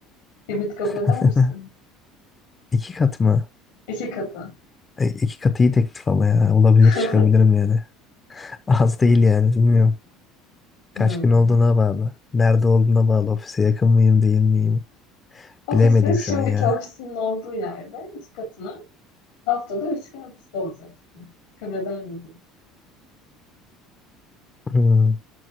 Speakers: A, on the left; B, on the left.
A: hibrit kabul eder
B: <laughs>
A: misin?
B: İki kat mı?
A: İki katı.
B: E, iki katı iyi teklif ama ya. Olabilir
A: <laughs>
B: çıkabilirim yani. <laughs> Az değil yani bilmiyorum.
A: Hmm.
B: Kaç gün olduğuna bağlı. Nerede olduğuna bağlı. Ofise yakın mıyım değil miyim?
A: Ofisin
B: Bilemedim
A: şimdiki
B: şu an ya.
A: ofisinin olduğu yerde iki katına haftada üç gün ofiste olacaksın. Kabul eder misin?
B: Hmm,